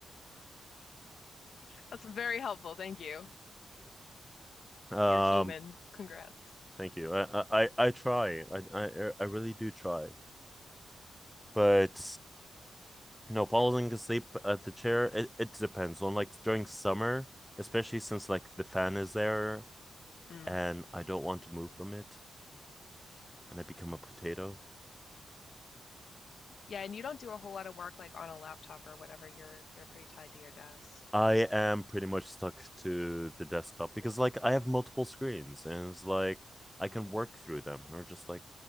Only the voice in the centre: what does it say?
um,
thank you. I I I try. I I I really do try, but you know, falling asleep at the chair. It it depends on like during summer, especially since like the fan is there
and I don't want to move from it, and I become a potato.
I am pretty much stuck to the desktop because like I have multiple screens and it's like I can work through them or just like